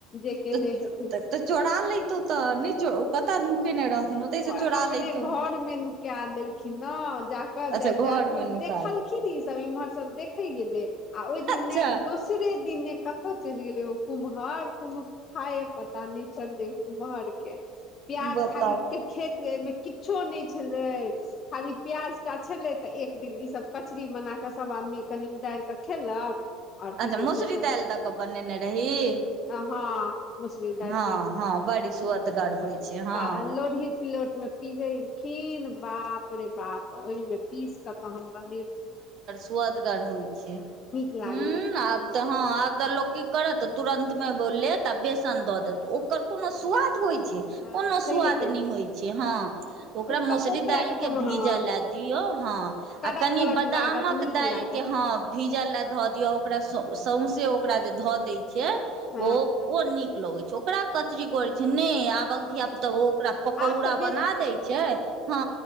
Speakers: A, on the left (about 40°); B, on the right (about 55°).
A: जे केने
B: तऽ
A: हेथिन
B: तऽ चोरा लेतौ तऽ नहि। कतय नुकेने रहथिन ओतहिसँ
A: अपने
B: चोरा लैतौ
A: घर मे नुका देलखिन ने जा। रति
B: अच्छा घर
A: मे
B: नुका
A: देखलखिन ई सभ इम्हर सभ देखे गेले आ ओहि दिन
B: अच्छा
A: दोस दीसरे दिने कतऽ चलि गेलै ओ कुम्हार कुम। ह पता नहि चलले कुम्हर के प्याज
B: बताउ।
A: खाली। के खेत ग मे किछो नहि छलै। खाली प्याज टा छलै तऽ एक दिन ईसभ कचरी बना कऽ सभ आदमी कनि उदारि कऽ खेलक। आओर की
B: अच्छा
A: कहै
B: मसरी
A: छै से
B: तल त क बर ने रह ही।
A: हँ मसुरी दालि
B: हँ हँ बड़ी सुआतगर होइ। छै हँ
A: ब लोढ़ी सिलौट मे पिजेलखिन बाप रे बाप। ओहिमे पीस कऽ त हम बनेलिन।
B: आदगर होइ छै
A: लागलै
B: ह आब
A: एकदम।
B: तऽ हँ आब तऽ लोकि करत तुरन्त मे लेत आ बेसन दऽ देत ओकर कोनो सुवाद होइ छै
A: हँ
B: कोनो
A: छैहे
B: स्वाद
A: के
B: नहि होइ छै हँ ओकरा
A: ओ
B: मसुरी
A: ओ वला
B: दालि के
A: तऽ
B: भीज
A: हँ
B: ल दी। यो है
A: कड़क
B: आ कनि
A: कड़क
B: बदमक
A: लागत नीक
B: दालि
A: लागत
B: के ह हँ भीजल लए धऽ दियौ ओकरा सौंसे ओकरा जे धऽ दै छै
A: हँ
B: ओ। ओ नीक लगैत छै ओकरा कचरी करैत छै नहि आबक धिय पुता ओ ओकरा। पकौड़ा
A: आब तऽ
B: बना दै छै ह